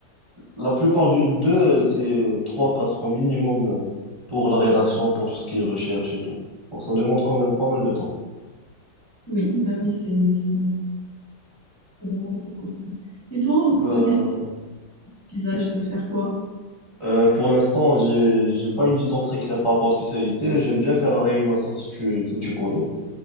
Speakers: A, on the right; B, on the left.
A: La plupart du- d'eux, c'est trois quatre ans minimum euh, pour la rédaction, pour tout ce qui est recherche et tout. Donc ça demande quand même pas mal de temps.
B: Oui, ben oui, c'est, c'est, ça demande beaucoup de temps. Et toi,
A: Ben,
B: côté spécialisage, de faire quoi?
A: euh, pour l'instant, j'ai, j'ai pas une vision très claire par rapport aux spécialités. J'aime bien faire la réanimation si tu, si tu connais.